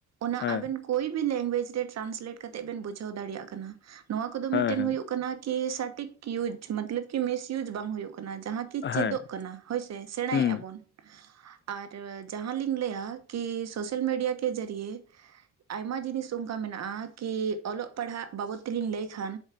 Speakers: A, on the right; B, on the left.
A: ᱚᱱᱟ
B: ᱦᱮᱸ
A: ᱟᱵᱮᱱ ᱠᱳᱭᱵᱤ ᱞᱮᱝᱜᱩᱭᱮᱡ ᱨᱮ ᱴᱨᱟᱱᱥᱞᱮᱴ ᱠᱟᱛᱮᱜ ᱵᱮᱱ ᱵᱩᱡᱷᱟᱹᱣ ᱫᱟᱲᱮᱭᱟᱜ ᱠᱟᱱᱟ ᱱᱚᱣᱟ ᱠᱚᱫᱚ
B: ᱦᱮᱸ
A: ᱢᱤᱫᱴᱮᱱ
B: ᱦᱮᱸ
A: ᱦᱩᱭᱩᱜ ᱦᱩᱭᱩᱜᱡᱟᱱᱟ ᱠᱤ ᱥᱚᱴᱤᱠ ᱤᱭᱩᱡᱽ ᱢᱛᱞᱟᱵ ᱠᱤ ᱢᱤᱥᱤᱭᱩᱡᱽ ᱵᱟᱝ ᱦᱩᱭᱩᱜ ᱠᱟᱱ ᱡᱟᱸᱦᱟ ᱠᱤ ᱪᱮᱫᱚᱜ
B: ᱦᱮᱸ
A: ᱠᱟᱱᱟ ᱦᱳᱭ ᱥᱮ ᱥᱮᱬᱟᱭᱮᱫᱼᱟ
B: ᱦᱩᱸ
A: ᱵᱚᱱ ᱟᱨ ᱡᱟᱦᱟᱸᱞᱤᱧ ᱞᱟᱹᱭᱟ ᱠᱤ ᱥᱳᱥᱟᱞ ᱢᱤᱰᱤᱭᱟ ᱠ ᱡᱟᱹᱨᱤᱭᱮ ᱟᱭᱢᱟ ᱡᱤᱱᱤᱥ ᱚᱱᱠᱟ ᱢᱮᱱᱟᱜᱼᱟ ᱠᱤ ᱚᱞᱚᱜ ᱯᱟᱲᱦᱟᱜ ᱵᱟᱵᱚᱫ ᱛᱮᱞᱤᱧ ᱞᱟᱹᱭᱼᱼ ᱠᱷᱟᱱ